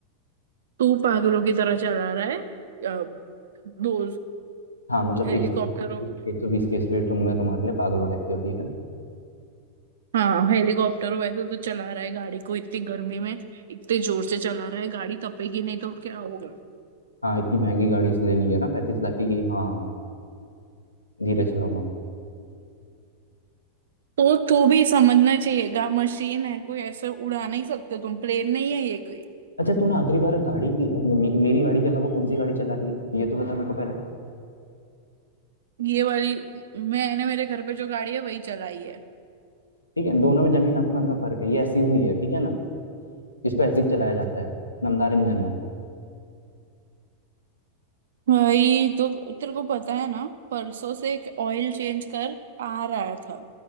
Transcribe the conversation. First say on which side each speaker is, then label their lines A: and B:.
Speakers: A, on the right (about 60°); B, on the left (about 85°).
A: तू पागलों की तरह चला रहा है अ, दो
B: हाँ मतलब
A: हेलीकॉप्टरों
B: एक सौ बीस एक सौ बीस की स्पीड तो मैं तुम्हारे लिए पागलों टाइप की होती है ना
A: हाँ हेलीकॉप्टरों वैसे तो चला रहा है गाड़ी को इतनी गर्मी में इतने जोर से चला रहा है गाड़ी तपेगी नहीं तो क्या होगा
B: हाँ इतनी महंगी गाड़ी इसलिए ली है ना पैंतीस लाख की कि हाँ धीरे चलाऊंगा
A: तो तो भी समझना चाहिएगा मशीन है कोई ऐसे उड़ा नहीं सकते तुम प्लेन नहीं है ये कोई
B: अच्छा तूने आखिरी बार गाड़ी मे- मेरी गाड़ी के अलावा कौन सी गाड़ी चला दी है ये तो बता मेरे को पहले
A: ये वाली मैंने मेरे घर पे जो गाड़ी है वही चलाई है
B: ठीक है दोनों में जमीन आसमान का फर्क है ये एसयूवी है ठीक है ना इसको ऐसे ही चलाया जाता है नमदार इंजन है
A: भाई तो तेरे को पता है ना परसों से एक ऑयल चेंज कर आ रहा था